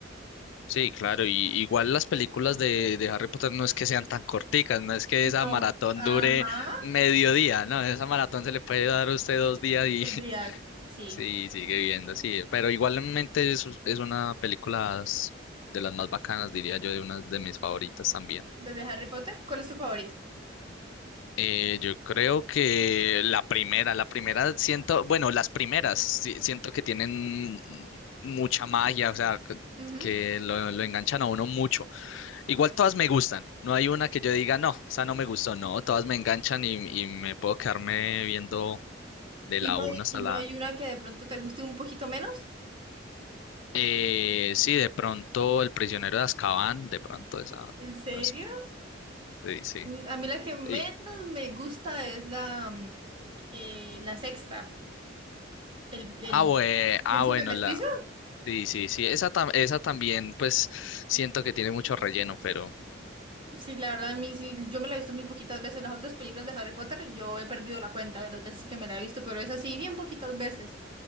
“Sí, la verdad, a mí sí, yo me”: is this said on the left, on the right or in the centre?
Right